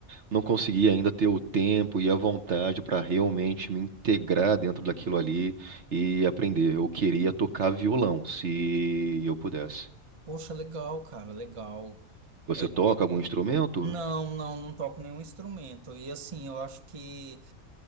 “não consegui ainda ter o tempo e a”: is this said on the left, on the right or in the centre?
Right